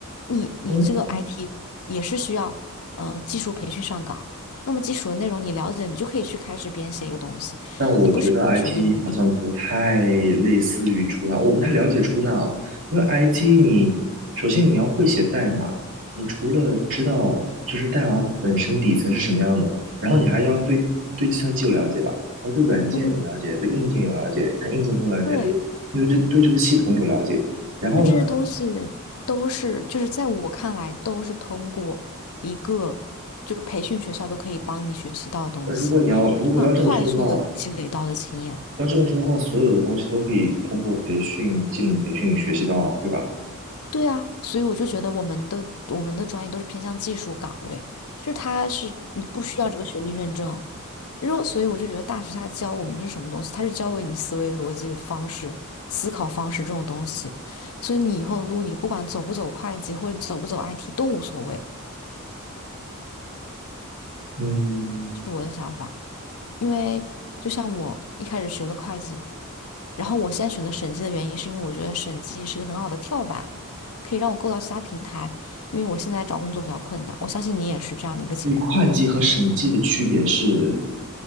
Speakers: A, on the left; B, on the right.
A: 你你这个
B: 嗯。
A: IT 也是需要嗯、呃技术培训上岗，那么基础的内容你了解，你就可以去开始编写一个东西，
B: 但我觉得
A: 你不需要学历认证。
B: IT 好像不太类似于出纳，我不太了解出纳啊，因为 IT 你首先你要会写代码，你除了知道就是代码本身底层是什么样的，然后你还要对对计算机有了解吧，然后对软件有了解，
A: 嗯，
B: 对硬件有了解，但硬件不用了解太多，
A: 对，
B: 对这对这个系统有了解。然后呢，
A: 因为这些东西都是就是在我看来都是通过一个就培训学校都可以帮你学习到的东西，
B: 那如果你要如果要这么说的话，
A: 很快速的积累到的经验。
B: 要这么说的话，所有的东西都可以通过培训、技能培训学习到啊，对吧？
A: 对啊，所以我就觉得我们的我们的专业都是偏向技术岗位，就是它是你不需要这个学历认证，然后所以我就觉得大学他教我们是什么东西，他是教给你思维逻辑方式、思考方式这种东西，所以你以后的路你不管走不走会计或者走不走 IT 都无所谓，
B: 嗯，
A: 这是我的想法，因为就像我一开始学了会计，然后我现在选择审计的原因，是因为我觉得审计是一个很好的跳板，可以让我够到其他平台。因为我现在找工作比较困难，我相信你也是这样的一个情况。
B: 所以会计和审计的区别是，